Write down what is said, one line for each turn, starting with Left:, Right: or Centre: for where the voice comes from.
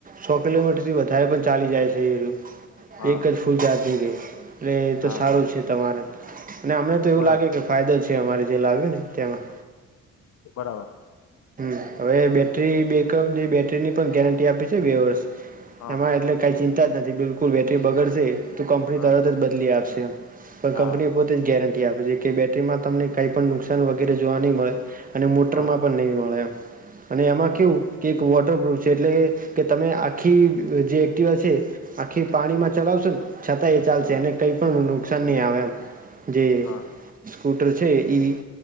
Right: સો કિલોમીટરથી વધારે પણ ચાલી જાય છે એ રયુ.
Left: હા
Right: એક જ ફૂલ ચાઢી રે એટલે એ
Left: હા
Right: તો સારું છે તમારે અને અમને તો
Left: બરા
Right: એવું લાગે કે ફાયદો છે અમારે જે લાવ્યો ને તેમાં.
Left: બરાબર.
Right: હમ હવે બેટરી બેકઅપ જે બેટરીની પણ ગેરંટી આપી છે બે વર્ષ
Left: હા
Right: એમાં એટલે કાંઈ ચિંતા જ નથી બિલકુલ બેટરી બગડશે તો કંપની
Left: હા
Right: તરત જ બદલી આપશે એમ. પણ
Left: હા
Right: કંપનીએ પોતે જ ગેરંટી આપે છે કે બેટરીમાં તમને કાઈ પણ નુકસાન વગેરે જોવા નહી મળે. અને મોટરમાં
Left: હા
Right: પણ નહીં મળે એમ. અને એમાં
Left: હા
Right: કેવું કે વોટરપ્રૂફ છે એટલે કે કે તમે આખી જે એક્ટિવા છે. આખી પાણીમાં ચલાવશો ને છતાં એ ચાલશે એને કઈ પણ નુકસાન નહી આવે એમ. જે
Left: હા
Right: સ્કૂટર છે ઈ